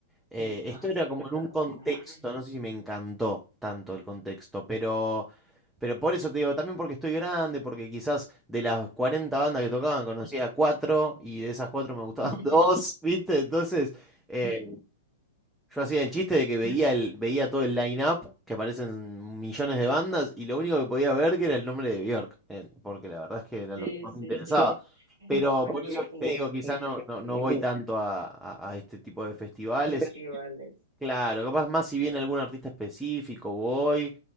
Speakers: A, in the centre; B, on the right.
A: eh,
B: Ah,
A: esto
B: espectacular.
A: era como en un contexto, no sé si me encantó tanto el contexto, pero, pero por eso te digo, también porque estoy grande, porque quizás de las 40 bandas que tocaban conocía cuatro y de esas cuatro me gustaban
B: <laughs>
A: <laughs> dos, ¿viste? Entonces, eh, yo hacía el chiste de que veía, el, veía todo el line-up, que aparecen millones de bandas, y lo único que podía ver que era el nombre de Björk, eh, porque la verdad es que era
B: Sí,
A: lo que más
B: sí,
A: me <laughs>
B: sí.
A: interesaba. Pero
B: Oye,
A: por eso
B: y
A: te digo,
B: sí,
A: quizás
B: qué
A: no, no,
B: pereza.
A: no voy tanto a, a- a este tipo de festivales.
B: Festivales.
A: Claro, capaz más si viene algún artista específico, voy,